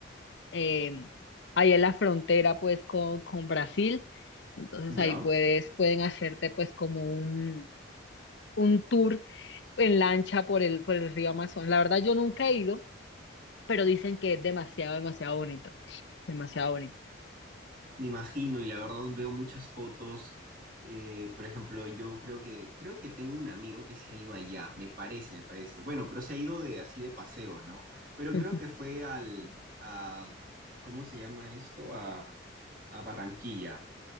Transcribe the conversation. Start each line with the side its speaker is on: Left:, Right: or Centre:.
Left: eh, ahí en la frontera pues con, con Brasil, entonces
Right: ¿Ya?
Left: ahí puedes, pueden hacerte pues como un, un tour en lancha por el, por el río Amazonas. La verdad yo nunca he ido, pero dicen que es demasiado, demasiado bonito, demasiado bonito.
Right: Me imagino, y la verdad veo muchas fotos. eh, por ejemplo, yo creo que, creo que tengo un amigo que se ha ido allá, me parece, me parece. Bueno, pero se ha ido de así de paseo, ¿no? Pero
Left: <laughs>
Right: creo que fue al, a, ¿cómo se llama esto? A, a Barranquilla.